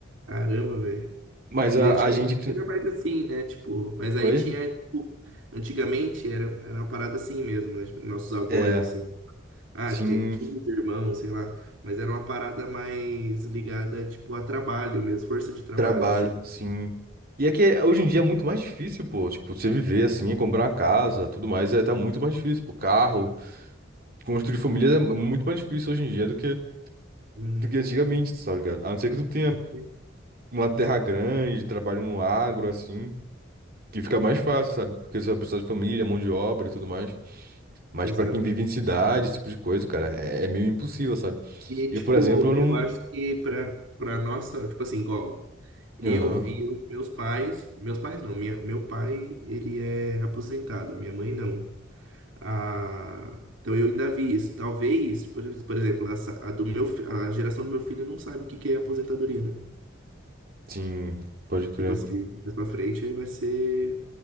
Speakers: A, on the right; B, on the right.
A: caramba, velho.
B: Mas
A: E
B: a,
A: antigamente
B: a gente aqui...
A: era mais assim, né? Tipo, mas aí
B: Oi?
A: tinha. tipo, Antigamente era, era uma parada assim mesmo, né? Tipo, nossos avós,
B: É,
A: assim. Ah,
B: sim,
A: tinha 15 irmãos, sei lá. Mas era uma parada mais ligada, tipo, a trabalho mesmo, força de trabalho,
B: trabalho,
A: assim.
B: sim. E é que hoje em dia é muito mais difícil, pô. Tipo, você viver assim, é comprar uma casa, tudo mais, é, tá muito mais difícil, pô. Carro. Construir família é muito mais difícil hoje em dia do que,
A: Uhum,
B: do que antigamente, sabe, ligado? A não ser que tu tenha
A: exatamente.
B: uma terra grande, trabalhe no agro, assim, que fica mais fácil, sabe? Porque você vai precisar de família, mão de obra e tudo mais. Mas
A: Exato.
B: pra quem vive em cidade, esse tipo de coisa, cara, é, é meio impossível, sabe?
A: E,
B: E
A: tipo,
B: eu, por exemplo, eu
A: eu
B: não.
A: acho que pra, pra nossa, tipo assim, igual, eu
B: Aham,
A: vi os meus pais, meus pais não, minha, meu pai, ele é aposentado, minha mãe não. Ah, então eu ainda vi isso. Talvez, por, por exemplo, essa, a do meu, fi- a geração do meu filho não sabe o que que é aposentadoria, né?
B: sim, pode crer.
A: Tipo assim, mais pra frente vai ser